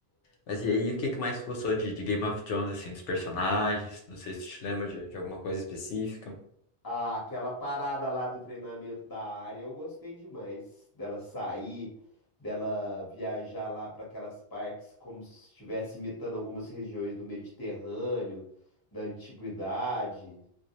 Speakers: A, on the left; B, on the left.
A: Mas e aí, o que que mais tu gostou de, de Game of Thrones, assim, dos personagens? Não sei se tu te lembra de, de alguma coisa específica.
B: Ah, aquela parada lá do treinamento da área, eu gostei demais. Dela sair, dela viajar lá para aquelas partes como se estivesse imitando algumas regiões do Mediterrâneo, da antiguidade.